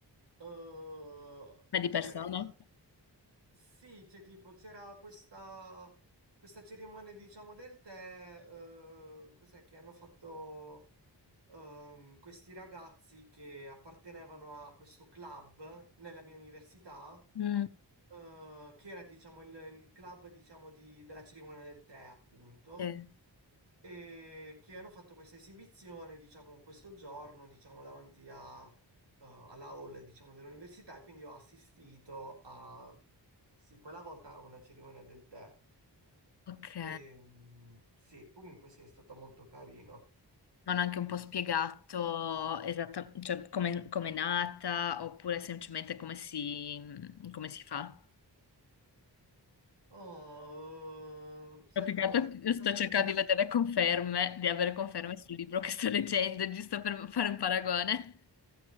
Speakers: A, on the right (about 75°); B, on the left (about 65°).
A: eh,
B: Ma di
A: cos'era?
B: persona?
A: Sì, c'è tipo, c'era questa, questa cerimonia, diciamo, del tè, eh, cos'è, che hanno fatto ehm, questi ragazzi che appartenevano a questo club nella mia università,
B: Mm.
A: eh, che era, diciamo, il, il club, diciamo, di- della cerimonia del tè, appunto
B: Sì.
A: e che hanno fatto questa esibizione, diciamo, questo giorno, diciamo, davanti a, eh, alla hall, diciamo, dell'università e quindi ho assistito a, sì, quella volta a una cerimonia del tè.
B: Ok.
A: E, mm, sì, comunque sì, è stato molto carino.
B: Mi hanno anche un po' spiegato esatta- cioè, come, come è nata oppure semplicemente come si, come si fa.
A: Oh, eh, senti,
B: Ho piccato-
A: ma sinceramente
B: sto cercando
A: non mi,
B: di vedere conferme, di avere conferme sul libro che sto leggendo, giusto per fare un paragone